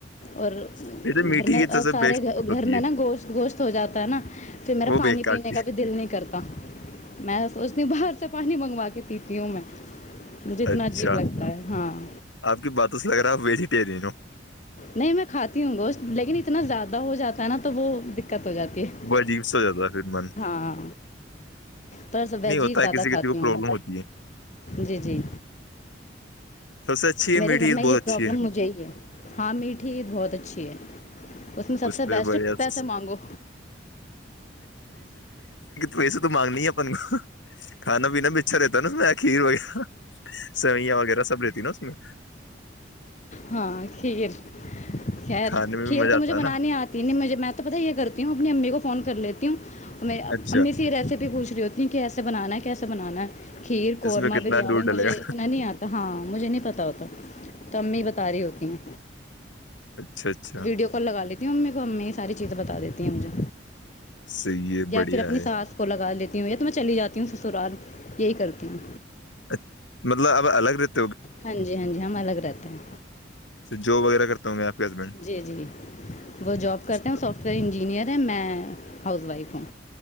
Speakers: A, on the left (about 40°); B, on the left (about 90°).
A: اور
B: میں۔ ویسے میٹھی
A: گھر میں
B: کی تو
A: اور
B: سب
A: سارے
B: بیسٹ
A: گھر
B: ہوتی
A: میں
B: ہے
A: نا گوشت گوشت ہو جاتا ہے نا پھر میرا
B: وہ
A: پانی
B: بیکار
A: پینے
B: چیز
A: کا بھی دل نہیں کرتا میں سوچتی ہوں باہر سے پانی منگ واقع تتھیوں میں مجھے اتنا
B: اچھا
A: عجیب لگتا ہے ہاں
B: آپ کی باتوں سے اگرا آپ بھیج پرین
A: نہیں میں کھاتی ہوں گوشت لیکن اتنا زیادہ ہو جاتا تھا نا تو وہ دقت ہو جاتی ہے
B: وہ عجیب سا ہو جاتا ہے پھر من
A: ہاں پرس ویج
B: نہیں ہوتا
A: ہی
B: ہے
A: زیادہ
B: کسی کسی
A: کھاتی
B: کو
A: ہوں
B: پرابلم ہوتی ہے
A: جی جی
B: سب سے اچھی ہے
A: میرے
B: میٹھی
A: گھر
B: عید
A: میں
B: بہت
A: یہ
B: اچھی
A: پرابلم
B: ہے
A: مجھے ہی ہے ہاں میٹھی بہت اچھی ہے اس میں سب سے
B: پہ
A: بیسٹ
B: بڑھیا
A: پیسے
B: س-
A: مانگو
B: ویسے تو مانگنی ہے اپن کو کھانا پینا ب اچھا رہتا ہے نا میںخھیر وغیرہ سیوئیاں وغیرہ سب رہتا نا س میں
A: ہاں کھیر خیر
B: کھانے میں بھی
A: کھیر
B: مزہ
A: تو
B: آتا
A: مجھے
B: ہے
A: بنانی
B: نا
A: آتی ن مجھے میں تو پتاہ یہ کرتی ہوں اپنی امی کو فون کر لیتی ہوں
B: اچھا
A: امی سے ریسیپی بھی پوچ رہی ہوتی ہیں کہ کیس بنا ہے کیسے بنانا ہے کھیر قورمہ
B: اس میں کتنا
A: بریانی
B: دودھ ڈلے
A: مجھے
B: گا
A: اتنا نہیں آتا ہاں مجھے نہیں پتا ہوتا تو امی تاری ہوتی ہیں
B: اچھا اچھا
A: ویڈیو کال لگا لیتی امی کو امی یہ ساری چیزیں بتا دیتی ہیں مجھے
B: صحیح ہے
A: یا
B: بڑھیا
A: پھر اپنی
B: ہے
A: سس کو لگا لیتے ہوں یا تو میں چلی جاتی ہوں سسرال یہی کرتی ہوں
B: اچ مطلب اب الگ رہی
A: ہاں جی ہاں جی ہم الگ رہتے ہیں
B: اچھا جاب وغیرہ کرتا ہوں میں آپ کے ہسبینڈ
A: جی جی وہ جاب کرتے
B: چلو
A: ہیں سافٹ ویئر انجینئر ہے میں ہاؤس وائف ہوں